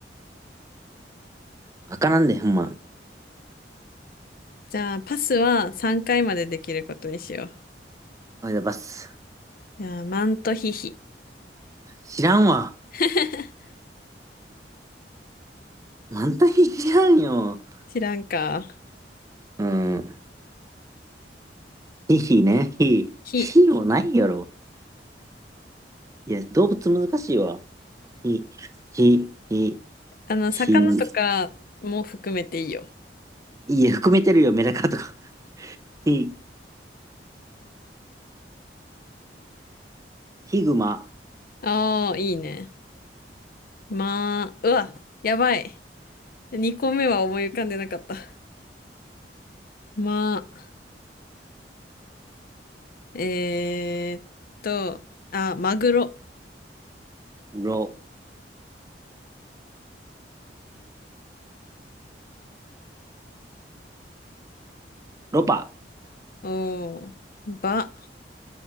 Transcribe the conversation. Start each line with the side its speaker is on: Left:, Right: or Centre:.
Right: わからんで、ほんま。
Left: じゃあ、パスは3回までできることにしよう。
Right: おいだばす。
Left: じゃあ、マントヒヒ。
Right: 知らんわ。
Left: <laughs>
Right: なんとひ知らんよ。
Left: 知らんか。
Right: うん。ひひね、ひ。
Left: ヒ。
Right: ひもないやろ。いや、動物難しいわ。ひ、ひ、ひ、
Left: あの、
Right: ひ、
Left: 魚とかも含めていいよ。
Right: いや、含めてるよ、メダカとか。<laughs> ひ、ヒグマ、
Left: ああ、いいね。まあ、うわ、やばい。2個目は思い浮かんでなかった。まあ、えーっと、あ、マグロ。
Right: ロ、ロパ。
Left: おー、ば、